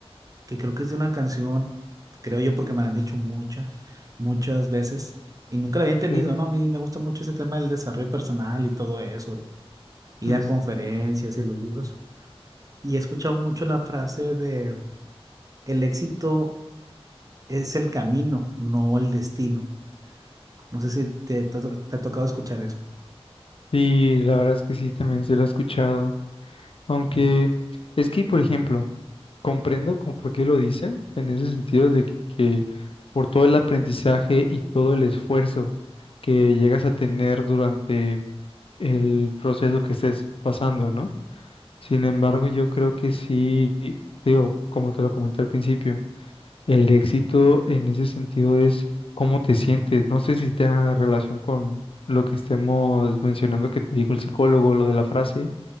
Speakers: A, on the right; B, on the left.
A: que creo que es de una canción, creo yo porque me la han dicho muchas, muchas veces y nunca la había entendido,
B: que,
A: ¿no? A mí me gusta mucho ese tema del desarrollo personal y todo eso, ir
B: ujú.
A: a conferencias y los libros. Y he escuchado mucho la frase de el éxito es el camino, no el destino. No sé si te, te ha to- te ha tocado escuchar eso.
B: Sí, la verdad es que sí, también se lo he escuchado, aunque
A: Ujú,
B: es que, por ejemplo, Comprendo como por qué lo dicen, en ese sentido de que por todo el aprendizaje y todo el esfuerzo que llegas a tener durante el proceso que estés pasando, ¿no? Sin embargo, yo creo que sí, digo, como te lo comenté al principio, el éxito en ese sentido es cómo te sientes. No sé si tenga relación con lo que estemos mencionando que te dijo el psicólogo, lo de la frase